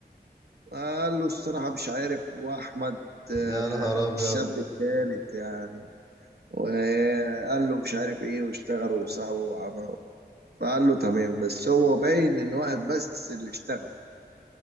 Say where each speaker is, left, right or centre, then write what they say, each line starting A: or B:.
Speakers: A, on the right (about 65°); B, on the right (about 20°).
A: فقال له الصراحه مش عارف واحمد آه
B: يا نهار ابيض
A: الشاب الثالث يعني وقال له مش عارف ايه واشتغلوا وسووا وعملوا فقال له تمام بس هو باين ان واحد بس اللي اشتغل